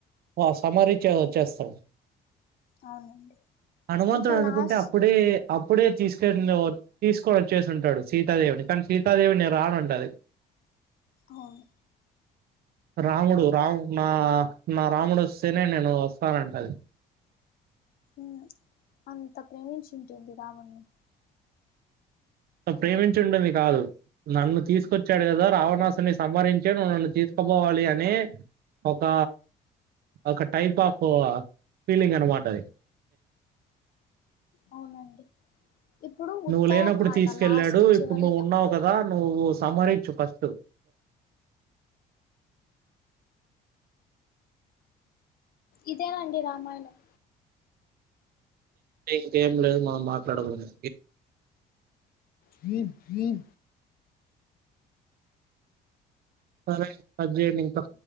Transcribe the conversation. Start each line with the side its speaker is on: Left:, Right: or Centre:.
Right: అ సమారీ చ చ్చేస్తాను
Left: అవునండి
Right: హనుమంతుడు
Left: ఇంకా
Right: అనుకుంటే
Left: లాస్ట్
Right: అప్పుడే అప్పుడే తీసుకను తీసుకొని వచ్చేసి ఉంటాడు సీతాదేవిని కానీ సీతాదేవి నేను రాను ఉంటది
Left: ఆవును
Right: రాముడు రాము నా నా రాముడు వస్తేనే నేను వస్తానంటది
Left: ఊ అంత ప్రేమించింటుంది రామున్ని
Right: ప్రేమించుంటుంది కాదు నన్ను తీసుకొచ్చాడు కదా రావణాసుని సంహరించ నువు నన్ను తీసుకుపోవాలి అని ఒక ఒక టైప్ ఆఫ్ ఫీలింగ్ అనమాట అది
Left: అవునండి ఇప్పుడు ఉత్తరాఖండ్
Right: నువ్వు లేనప్పుడు తీసుకెళ్ళాడు
Left: లాస్ట్ చివరిగా
Right: ఇప్పుడు నువ్వు ఉన్నావు కదా నువు సంహరించ్చు ఫస్ట్
Left: ఇదేనండి రామాయణం
Right: ఇంకేం లేదు మనం మాట్లాడకూడదు
Left: జ
Right: సరే కట్ జేయండి ఇంకా